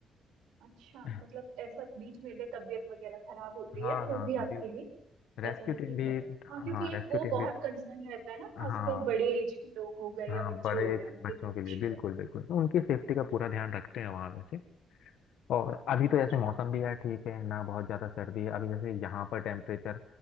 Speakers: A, on the right; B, on the left.
A: अच्छा
B: हाँ
A: मतलब ऐसा बीच में अगर तबीयत वगैरह खराब होती
B: हाँ
A: है तो
B: हाँ
A: भी आपके
B: बिल्कुल
A: लिए फैसिलिटी
B: रेस्क्यू टीम भी
A: है हाँ क्योंकि
B: हाँ
A: एक
B: रेस्क्यू
A: वो
B: टीम
A: बहुत
B: भी
A: कंसर्न रहता है ना खासकर
B: हाँ
A: बड़े एज के लोग हो गए
B: हाँ
A: या बच्चे
B: बड़े
A: हो गए
B: एज के
A: उनके
B: बच्चों
A: लिए
B: के
A: इश्यू
B: लिए बिल्कुल
A: है
B: बिल्कुल तो उनकी सेफ्टी का पूरा ध्यान रखते हैं वहाँ वैसे और अभी तो
A: अच्छा
B: ऐसे मौसम भी है ठीक है ना बहुत ज़्यादा सर्दी है अभी जैसे यहाँ पर टेम्परेचर